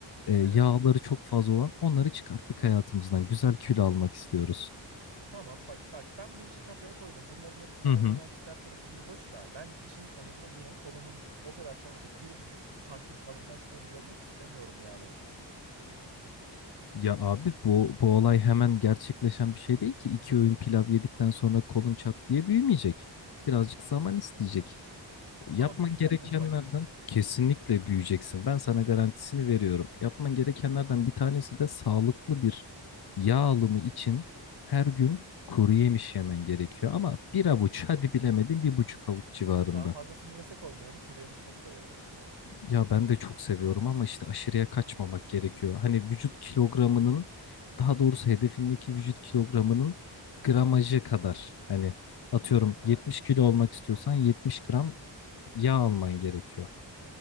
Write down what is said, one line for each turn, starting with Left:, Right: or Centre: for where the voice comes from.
Left: e, yağları
Right: Evet.
Left: çok fazla olan onları çıkarttık hayatımızdan. Güzel kilo almak istiyoruz.
Right: Tamam bak bak ben bu işi kafaya koydum. Bunların hepsini
Left: Hı
Right: hayatımdan
Left: hı.
Right: çıkartırım. İyi hoş da ben işin sonunda yine kolumun o kadar çalışıp bir buçuk santim kalınlaştığını görmek istemiyorum yani.
Left: Ya abi bu bu olay hemen gerçekleşen bir şey değil ki. İki öğün pilav yedikten sonra kolun çat diye büyümeyecek. Birazcık zaman isteyecek. Yapman
Right: Ama büyüyeceğim
Left: gerekenlerden
Right: değil mi bak?
Left: kesinlikle büyüyeceksin. Ben sana garantisini veriyorum. Yapman gerekenlerden bir tanesi de sağlıklı bir yağ alımı için her gün kuru yemiş yemen gerekiyor. Ama bir avuç hadi bilemedin bir buçuk avuç civarında.
Right: Daha fazlasını yesek olmuyor mu? Kuru yemiş çok severim çünkü ben.
Left: Ya ben de çok seviyorum ama işte aşırıya kaçmamak gerekiyor. Hani vücut kilogramının daha doğrusu hedefindeki vücut kilogramının gramajı kadar. Hani atıyorum
Right: Ha.
Left: 70 kilo olmak istiyorsan 70 gram yağ alman gerekiyor.